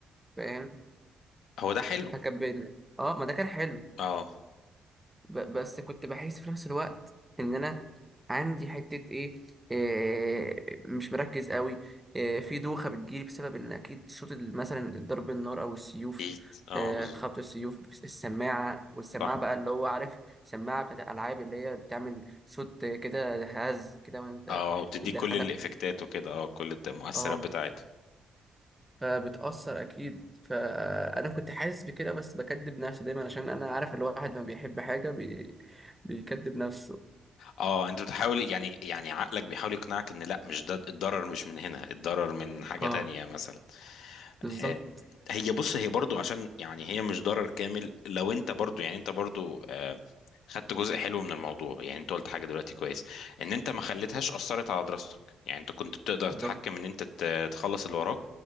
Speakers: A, in the centre; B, on the left (about 85°).
A: فاهم
B: هو ده حلو
A: فكان بين اه ما ده كان حلو
B: اه
A: ب... بس كنت بحس في نفس الوقت ان انا عندي حتة ايه, إيه مش مركز قوي إيه في دوخة بتجيلي بسبب ان اكيد صوت ال- مثلا ضرب النار او السيوف
B: اكيد اه
A: إيه
B: بالظبط
A: خبط السيوف بس- السماعة والسماعة
B: صح
A: بقى اللي هو عارف سماعة بتاعت الالعاب اللي هي بتعمل صوت كده هز كده وانت
B: اه بتديك
A: بتدخلك
B: كل الافكتات وكده اه كل الت- المؤثرات
A: اه
B: بتاعتها
A: فبتأثر أكيد فأنا كنت حاسس بكده بس بكدب نفسي دايما عشان أنا عارف الواحد لما بيحب حاجة بي... بيكدب نفسه
B: اه انت بتحاول يعني يعني عقلك بيحاول يقنعك ان لا مش ده الضرر مش من هنا الضرر من حاجة
A: اه
B: تانية مثلا
A: بالظبط
B: آم، هي بص هي برضو عشان يعني هي مش ضرر كامل لو انت برضو يعني انت برضو آه، خدت جزء حلو من الموضوع يعني انت قلت حاجة دلوقتي كويس ان انت ما خليتهاش اثرت على دراستك يعني انت كنت بتقدر
A: بالظبط
B: تتحكم ان انت ت- تخلص اللي وراك